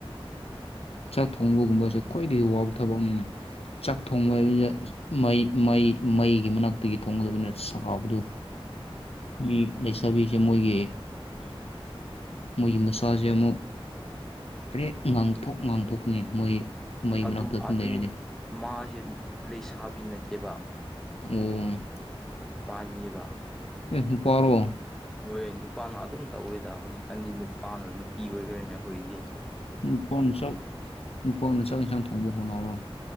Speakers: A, on the left; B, in the centre.
A: ꯆꯥꯛ ꯊꯣꯡꯕꯒꯨꯝꯕꯁꯦ ꯈ꯭ꯋꯥꯏꯗꯒꯤ ꯋꯥꯕ ꯊꯕꯛꯅꯤꯅ ꯆꯥꯛ ꯊꯣꯡꯕ ꯍꯥꯏꯕꯖꯤꯗ ꯃꯩ ꯃꯩ ꯃꯩꯒꯤ ꯃꯅꯥꯛꯇꯒꯤ ꯊꯣꯡꯒꯗꯕꯅꯤꯅ ꯁꯥꯕꯗꯨ ꯃꯤ ꯂꯩꯁꯥꯕꯤꯁꯦ ꯃꯣꯏꯒꯤ ꯃꯣꯏꯒꯤ ꯃꯁꯥꯖꯦ ꯑꯃꯨꯛ ꯔꯦꯠ ꯉꯥꯡꯊꯣꯛ ꯉꯥꯡꯊꯣꯛꯀꯅꯤ ꯃꯣꯏ ꯃꯩ
B: ꯑꯗꯨ
A: ꯃꯅꯥꯛꯇ ꯑꯗꯨꯝ
B: ꯑꯗꯨ
A: ꯂꯩꯔꯗꯤ
B: ꯃꯥꯁꯦ ꯂꯩꯁꯥꯕꯤ ꯅꯠꯇꯦꯕ
A: ꯑꯣ
B: ꯅꯨꯄꯥꯅꯤꯕ
A: ꯑꯦ ꯅꯨꯄꯥꯔꯣ
B: ꯍꯣꯏ ꯅꯨꯄꯥꯅ ꯑꯗꯨꯝ ꯇꯧꯋꯦꯗ ꯍꯧꯖꯤꯛꯀꯥꯟꯗꯤ ꯅꯨꯄꯥꯅ ꯅꯨꯄꯤ ꯑꯣꯏꯒ꯭ꯔꯦꯅꯦ ꯑꯩꯈꯣꯏꯒꯤꯗꯤ
A: ꯅꯨꯄꯥꯅ ꯆꯥꯛ ꯅꯨꯄꯥꯅ ꯆꯥꯛ ꯌꯦꯟꯁꯥꯡ ꯊꯣꯡꯕ ꯍꯧꯅꯕ꯭ꯔꯣ